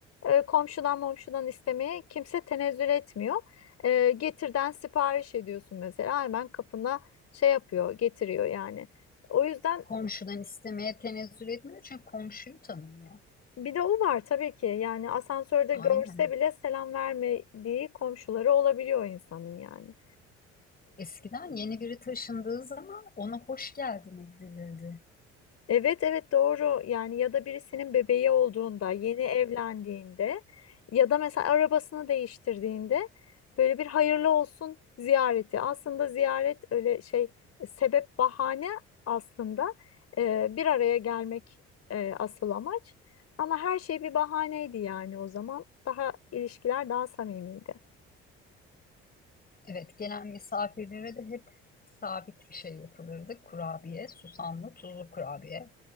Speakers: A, on the left (about 55°); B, on the left (about 30°).
A: e, komşudan momşudan istemeye kimse tenezzül etmiyor. E, Getir'den sipariş ediyorsun mesela hemen kapına şey yapıyor, getiriyor yani. O yüzden
B: Komşudan istemeye tenezzül etmiyor çünkü komşuyu tanımıyor.
A: bir de o var tabii ki. Yani asansörde
B: Aynen.
A: görse bile selam vermediği komşuları olabiliyor insanın yani.
B: Eskiden yeni biri taşındığı zaman ona hoş geldin edilirdi.
A: Evet evet doğru yani ya da birisinin bebeği olduğunda yeni evlendiğinde ya da mesela arabasını değiştirdiğinde böyle bir hayırlı olsun ziyareti aslında ziyaret öyle şey sebep bahane aslında Ee, bir araya gelmek e, asıl amaç ama her şey bir bahaneydi yani o zaman daha ilişkiler daha samimiydi.
B: Evet, gelen misafirlere de hep sabit bir şey yapılırdı. Kurabiye, susamlı, tuzlu kurabiye